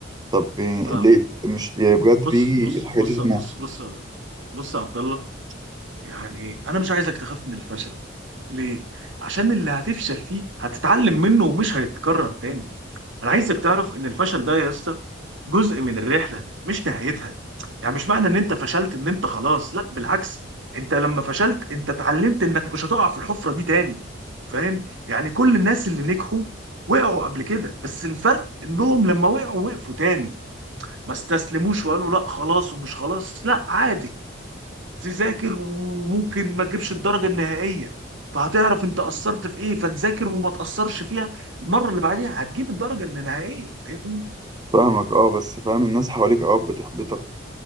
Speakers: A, on the right; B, on the right.
A: طب إيه
B: فاهم
A: ليه مش يعني بجد
B: بص
A: بيجي
B: بص
A: الحاجات
B: بص
A: دي في
B: بص
A: دماغي
B: بص بص يا عبد الله يعني انا مش عايزك تخاف من الفشل ليه عشان اللي هتفشل فيه هتتعلم منه ومش هيتكرر تاني انا عايزك تعرف ان الفشل ده يا اسطى جزء من الرحله مش نهايتها يعني مش معنى ان انت فشلت ان انت خلاص لا بالعكس انت لما فشلت انت اتعلمت انك مش هتقع في الحفره دي تاني فاهم يعني كل الناس اللي نجحوا وقعوا قبل كده بس الفرق انهم لما وقعوا وقفوا تاني ما استسلموش وقالوا لا خلاص ومش خلاص لا عادي تذاكر وممكن ما تجيبش الدرجة النهائية فهتعرف انت قصرت في ايه فتذاكر وما تقصرش فيها المرة اللي بعديها هتجيب الدرجة النهائية فاهمني
A: فاهمك اه بس فاهم الناس حواليك اه بتحبطك